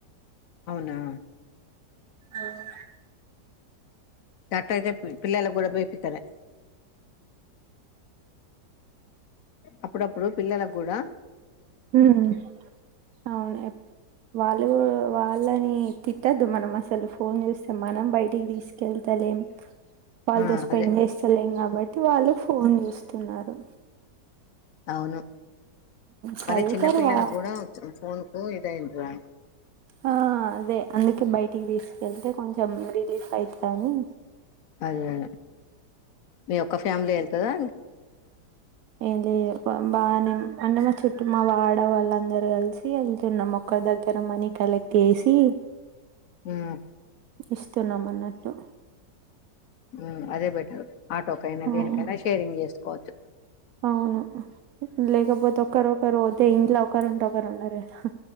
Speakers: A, on the left; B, on the right.
A: ఔనా
B: ఆహ్
A: దాట్టాయితే పి పిల్లలక్ గూడా బోయిపీతలే అప్పుడప్పుడు పిల్లలక్ గూడా
B: ఉమ్ అవునేప్ వాళ్లు వాళ్ళని తిట్టొద్దు మనం అసలు ఫోన్ జుస్తే మనం బైటికి తీస్ కెళ్తలేం వాల్తో
A: ఆ
B: స్పెండ్
A: అదే
B: జేస్తలేం కాబ ట్టి వాళ్ళు ఫోన్ జుస్తున్నారు.
A: ఔను
B: చదువుతారు
A: మరి చిన్న పిల్లలక్
B: వా
A: గూడా ఫోన్కు ఇదయిన్ రా
B: ఆ అదే అందుకే బయటికి తీస్కెళ్తే కొంచం రిలీఫ్ అయిత అని
A: ఉమ్ మీ ఒక్క ఫ్యామిలీ ఎళ్తదా?
B: ఏం లే భ బాన్నాను అంటే మా చుట్టు మా వాడవాళ్ళందరూ గలిసి ఏళ్తున్నాం ఒక్క దగ్గర మనీ కలెక్ట్ ఏసి
A: ఉమ్
B: ఇస్తున్నాం అన్నట్టు
A: ఉమ్ అదే బెటర్ ఆటోకైనా,
B: అవును
A: దేనికైనా షేరింగ్ జేసుకోవచ్చు.
B: అవును లేకపోతే ఒకరోకరు వోతే ఇంట్లో ఒకరుంటే ఒకరు ఉండరు గదా.